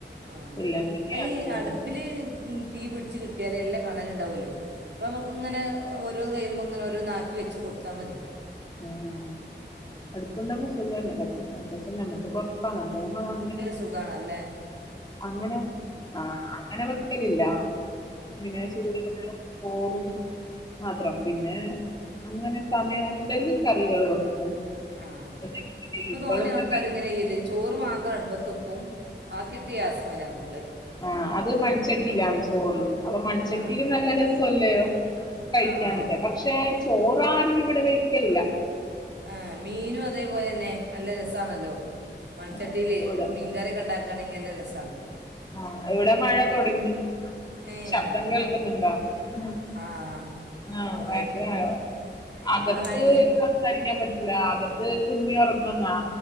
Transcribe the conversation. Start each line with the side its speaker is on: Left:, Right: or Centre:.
Right: ആഹ
Left: ഇല്ലെങ്കിൽ ഗ്യാസിലാണ്
Right: അഈ അടുപ്പില് തീ പിടിച്ച് കിട്ടിയാല് എല്ലാം കാണാന ഉണ്ടാവല്ലോ അപ്പൾ നമുക്കിങ്ങനെഓരോ കഴിയുമ്പോൾങ്ങനെ ഓരോ ആാക്കി വെച്ച് കൊടുത്താൽ മതി
Left: ആഹ
Right: ഉം.
Left: അടുപ്പുണ്ടങ്കോ സുഖന്നെ കത്തിക്കാൻ പക്ഷെ ഞമ്മക്ക് പുറത്താന്നടുക്ക അങ്ങ
Right: സുഖണല്ലേ
Left: അങ്ങനെ ആ അങ്ങനെ വെക്കലില്ല ഇങ്ങനെ ചൂടു ചോറും മാത്രം പിന്നെ അങ്ങനെ സമയം ഉണ്ടെങ്കിൽ കറികൾ വെക്കും
Right: ആഹ
Left: അല്ലെങ്കിൽ പിന്നെ
Right: ഇപ്പൊ
Left: ഇപ്പോഴത്തെ
Right: തോന്യ ആൾക്കാർ ഇങ്ങനെ്യല്ലേ ചോറ് മാത്രം അടുപ്പത്ത് വക്കും ബാഗ്യക്യാസമലാ ഉണ്ട്
Left: ആഹ അത് മൺചട്ടിയിലാാണ് ചോറ് അപ്പൊ മൺചട്ടിൽ
Right: ആ
Left: നല്ല രസല്ലയോ കഴിക്കാനക്കെ
Right: ആഹ്
Left: പക്ഷെ ചോറാരും ഇവിടെ കഴിക്കലില്ല
Right: ആഹ മീനും അതേപോലെ തന്നെ നല്ല രസമാണല്ലോ മൺചട്ടീലെ
Left: അതെ ഇവിടെ
Right: മീൻകറിയൊക്കെണ്ടാക്കാണെങ്കില് നല്ല രസാ
Left: ആഹ് ഇവിടെ മഴ തൊടങ്ങി
Right: ഏഹ്
Left: ശബ്ദം കേൾക്കുന്നുണ്ടോ
Right: എന്നാ
Left: ഉം
Right: ആഹ്
Left: ആഹ്
Right: ചെറുതായിട്ട്
Left: ഭയങ്കര മഴ
Right: ഏഹ്
Left: അകത്ത്
Right: ഇവിടെ മഴയില്ല
Left: സംസാരിക്കാൻ പറ്റൂല്ല അകത്ത് കുഞ്ഞി ഒറങ്ങുന്നാ